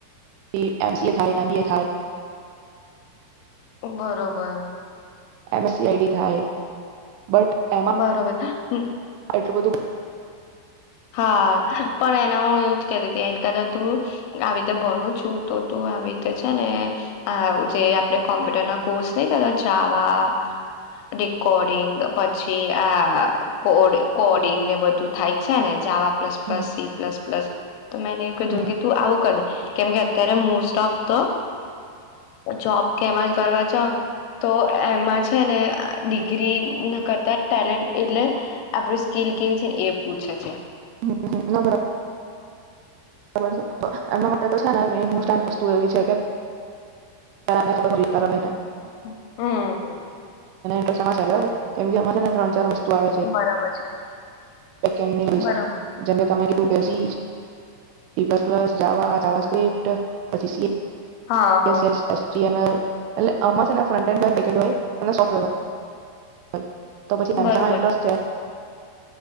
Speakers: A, on the right; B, on the left.
A: <unintelligible> થાય એમ બી એ થાય
B: બરોબર.
A: M S C I D થાય બટ એમાં
B: બરોબર. હમ્મ.
A: એટલું બધું.
B: હા પણ એના હ એવું જ કતી હતી એને કતા તું આવી રીતે ભણું છું તો તું આવી રીતે છે ને જે આપણે કોમ્પ્યુટર ના કોર્સ નહી થતા જાવા રેકોર્ડિંગ પછી આ કો કોડિંગ ને બધું થાય. છે ને જાવા પ્લસ પ્લસ
A: હમ
B: સી પ્લસ. પ્લસ તો મેને એવું કીધું
A: હમ
B: કે તું આવું કદે. કેમકે અત્યારે મોસ્ટ ઓફ તો જોબ કેમાં કરવા છ તો એમાં છે ને ડિગ્રી કરતા ટેલેન્ટ એટલે આપડી સ્કીલ કેવી છે ને એ પૂછે છે.
A: હમ્મ ના બરા. બર છે એમના માટે તો છે ને મોસ્ટ આ વસ્તુ એવી છે કેને ખબર હો ભને
B: હમ્મ.
A: બર કેમ કે અમે છે ને તણ ચાર વસ્તુ આવે છે
B: બરાબર છે
A: <unintelligible>
B: બરાબર
A: જેમ કે તમે કીધું ગસી C plus plus, Java, JavaScript પછી સી
B: હા
A: સી એસ S A C M L એટલે આમાં છ ન ફ્રન્ટ <unintelligible> બેક હેન્ડ હોય અન <unintelligible> હોય તો પછી
B: બરોબર
A: <inaudible>